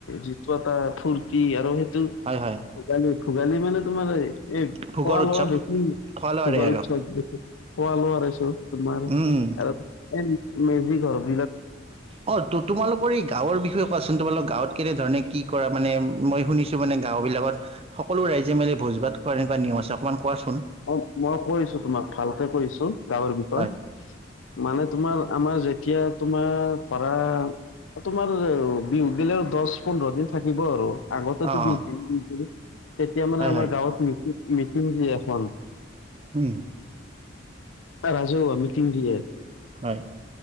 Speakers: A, on the left; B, on the right.
A: যিটো এটা ফূৰ্তি আৰু সেইটো
B: হয়, হয়।
A: ভোগালী, ভোগালী মানে তোমাৰ এই
B: ভোগৰ
A: খোৱা-লোৱা
B: উৎসৱ
A: বেছি
B: খোৱা লোৱাৰে
A: ভোগৰ
B: আৰু
A: উৎসৱ এইটো খোৱা-লোৱা তাৰপিছত তোমাৰ
B: উম উম
A: আৰু এনে মেজি ঘৰত
B: অঁ, তো তোমালোক পৰি গাঁৱৰ বিষয়ে কোৱাচোন? তোমালোক গাঁৱত কেনেধৰণে কি কৰা? মানে মই শুনিছিলোঁ মানে, গাঁও বিলাকত সকলো ৰাইজে মিলি ভোজ ভাত খোৱা এনেকোৱা নিয়ম আছে অকণমান কোৱাচোন?
A: অঁ মই কৈ দিছোঁ তোমাক ভালকে কৈ দিছোঁ গাঁৱৰ বিষয়ে।
B: হয়
A: মানে, তোমাৰ, আমাৰ যেতিয়া তোমাৰ ধৰা তোমাৰ বিহু গেলেও দশ, পোন্ধৰ দিন থাকিব আৰু। আগতেটো
B: অ অ
A: বিশ দিন তেতিয়া মানে
B: হয়
A: আমাৰ
B: হয়
A: গাঁৱত মিটি মিটিং দি আছোঁ আমি।
B: উম।
A: এ ৰাজহুৱা মিটিং দিয়ে।
B: হয়।